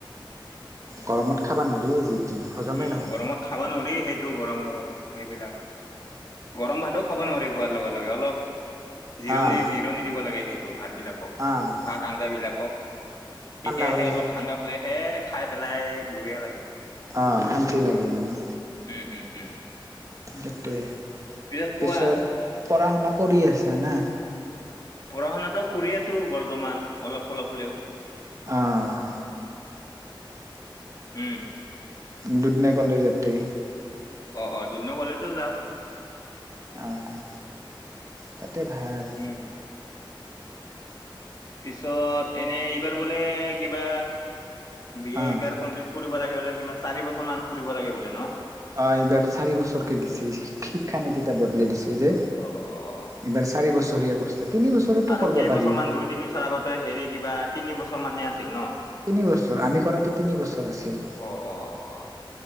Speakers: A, on the right (about 40°); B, on the left (about 45°).
A: গৰমত খাবা নৰা যি টি হজমেই
B: উম
A: নহ'ব
B: গৰমত খাবা নোৱাৰি সেই টো গৰম গৰম সেইবিলাক গৰম ভাতো খাব নোৱাৰি হোৱাৰ লগে লগে অলপ জিৰণি
A: অ
B: জিৰণি দিব লাগে। সেইটো ভাত বিলাকক
A: অ'।
B: ভাত আঞ্জ বিলাকক তেতিয়াহে
A: ঠাণ্ডা হ'লেহে।
B: অলপ ঠাণ্ডা হলেহে খাই পেলাই বুঢ়িয়ে লাগে।
A: আহ শান্তি লাগে মানে।
B: উম উম উম
A: সেইটোৱে
B: পিছত
A: পিছত
B: কোৱা
A: পঢ়া শুনা কৰি আছা না
B: পঢ়া শুনাাতটো কৰি আছো বৰ্তমান অলপ চলপ হ'লেও
A: আহঁ।
B: উম।
A: দুদনা কলে যতেই
B: অ', অ' দুদনগলেতে যাওঁ।
A: আহ তাতে ভাল।
B: উম পিছত এনে এইবাৰ বোলে কিবা বি
A: অ',
B: এ এইবাৰ কমপ্লিট কৰি পুবাগে বোলে কিমান চাৰি বছৰ মান পুৰিব লাগে বলে ন
A: অহ এইবাৰ চাৰি বছৰ কে দিছে শিক্ষা নীতি বদলাই দিছে যে
B: অ অ
A: এইবাৰ চাৰি বছৰীয়া কৰিছে। তিনি বছৰতো
B: আৰু
A: কৰিব
B: কেইবছৰ
A: পাৰি।
B: মান দুই তিন বছৰ আগতে হেৰি কিবা তিন বছৰ মানহে আছিল ন
A: তিনিবছৰ আমি কৰাতে তিনিবছৰ আছিল।
B: অ অ অ অ